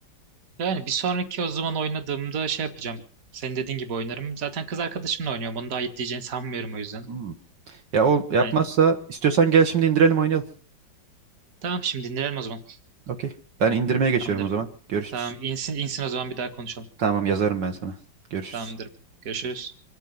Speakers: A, on the right; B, on the right.
A: Yani bir sonraki o zaman oynadığımda şey yapacağım. Senin dediğin gibi oynarım. Zaten kız arkadaşımla oynuyorum. Onu da ayıp diyeceğini sanmıyorum o yüzden.
B: Hmm. Ya o yapmazsa
A: Aynen.
B: istiyorsan gel şimdi indirelim oynayalım.
A: Tamam şimdi dinleyelim o zaman.
B: Okey. Ben indirmeye geçiyorum
A: Tamamdır.
B: o zaman. Görüşürüz.
A: Tamam insin, insin o zaman bir daha konuşalım.
B: Tamam yazarım ben sana. Görüşürüz.
A: Tamamdır. Görüşürüz.